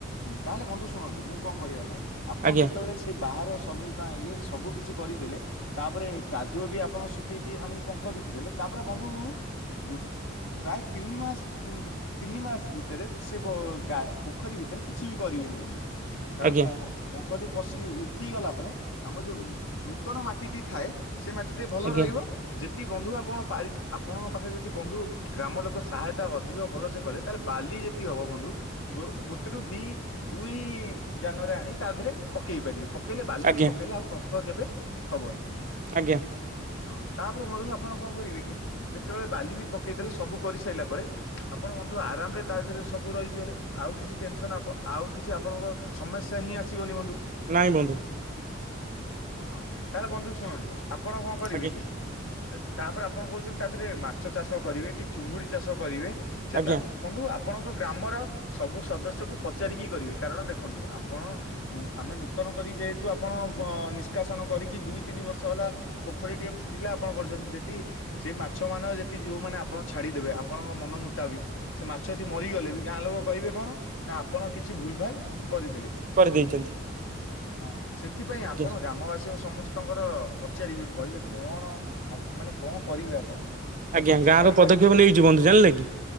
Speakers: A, on the left; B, on the right.
A: ହୁଁ, ତାହେଲେ ବନ୍ଧୁ ଶୁଣନ୍ତୁ। ମୁଁ କଣ କହିବା କଥା? ଆପଣ
B: ଆଜ୍ଞା
A: ଯେତେବେଳେ ସେ ସେ ବାହାର ଶ୍ରମିକ ଆଇଁଲେ, ସବୁ କିିଛି କରିଦେଲେ। ତା'ପରେ କାଦୁଅ ବି ଆପଣ ଶୁଖେଇକି ଆଣି ପଙ୍କ ବିକିଦେଲେ। ତା'ପରେ ବନ୍ଧୁ ଗୁଗ୍ ପ୍ରାୟ ତିନି ମାସ, ବ ତିନି ମାସ ଭିତରେ ସେ ବ ଗା ପୋଖରୀ ଭିତ୍ ଥିରେ, କିଛି ବି କରିବେନି ବନ୍ଧୁ। କାରଣ
B: ଆଜ୍ଞା।
A: ପଁ ପଙ୍କଟି ପଶି ଉଠି ଗଲା ପରେ, ଆମର ଯୋଉ ନୂତନ ମାଟିଟି ଥାଏ ସେ ମାଟି ଟେ ଭଲ
B: ଆଜ୍ଞା
A: ରହିବ। ଯେତିି ବନ୍ଧୁ ଆପଣା ପାରି ଆପ୍ ଆପଣଙ୍କ ପାଖେ ଯଦି ବନ୍ଧୁ ଗ୍ରାମ ଲୋକ ସହାୟତା ଅଧିକ ଭଲସେ କଲେ, ତାହେଲେ ବାଲି ଯେତିିକି ହବ ବନ୍ଧୁ ଗୋ- ଗୋଟ୍ ଟାକୁ ଦି ଦୁଇ ଯାନରେ ଆଣି ତା, ଦେହରେ ପକେଇ ପାରିବେ। ପକେଇଲେ ବାଲିଟି
B: ଆଜ୍ଞା
A: ପକେଇଲେ ଆଉ ପଙ୍କ୍ କେବେ ହବନି
B: ଆଜ୍ଞା
A: ହଁ ତାପରେ ମଧୁ ଆପଣ କଣ କରିବେ କି ଯେତେବେଳେ ବାଲି ବି ପକେଇ ଦେଲେ ସବୁ କରିସାଇଲା ପରେ ଆପଣ ବନ୍ଧୁ ଆରାମ ରେ ତା ଦେହରେ ସବୁ ରହିଯ ଗଲେ ଆଉ କିଛି ଟେନସନ୍ ଆପଣ ଆଉ କିଛି ଆପଣଙ୍କ ସମସ୍ୟା ହିଁ ଆସିବନି ବନ୍ଧୁ।
B: ନାଇଁ ବନ୍ଧୁ।
A: ହଁ ତାହେଲେ ବନ୍ଧୁ ଶୁଣନ୍ତୁ ଆପଣ କଣ କରିବେ
B: ଆଜ୍ଞା
A: କି ତାପରେ ଆପଣ କହୁଛନ୍ତି ତା ଦେହରେ ମାଛ ଚାଷ କରିବେ କି ଚୁଙ୍ଗୁଡି ଚାଷ କରିବେ ସେଟା
B: ଆଜ୍ଞା
A: ବନ୍ଧୁ ଆପଣଙ୍କ ଗ୍ରାମର ସବୁ ସଦସ୍ୟଙ୍କୁ ପଚାରିକି କରିବେ କାରଣ ଦେଖନ୍ତୁ ଆପଣ ଆମେ ନୂତନ କରି ଯେହେତୁ ଆପଣ ନିଷ୍କାସନ କରିକି ଦୁଇ ତିନି ବର୍ଷ ହେଲା ପୋଖରୀଟି ଏମିତି ଥିଲା ଆପଣ କରିଛନ୍ତି ଯେଦି ସେଇ ମାଛ ମାନ ଯଦି ଯୋଉମାନେ ଆପଣ ଛାଡିଦେବେ ଆପଣଙ୍କ ମନ ମୁତାବିକ ସେ ମାଛଯଦି ମରିଗଲେ ବି ଗାଁ ଲୋକ କହିବେ କଣ ନା ଆପଣ କିଛି ଭୁଲ ଭାଲ କରିଦେଲେ।
B: କରିଦେଇଛନ୍ତି।
A: ହଁ ସେଥିପାଇଁ
B: ଆଜ୍ଞା
A: ଆପଣ ଗ୍ରାମବାସୀଙ୍କ ସମ ସ୍ତଙ୍କର ପଚାରିବେ କହିବେ କଣ ମାନେ କଣ କରିବେ ଆପଣ। କୋଉ
B: ଆଜ୍ଞା
A: ମାଛ
B: ଗାଁ
A: ଛାଡିବା
B: ର ପଦକ୍ଷେପ
A: କି ଚୁଙ୍ଗୁ
B: ନେଇଛି ବନ୍ଧୁ ଜାଣିଲେ କି।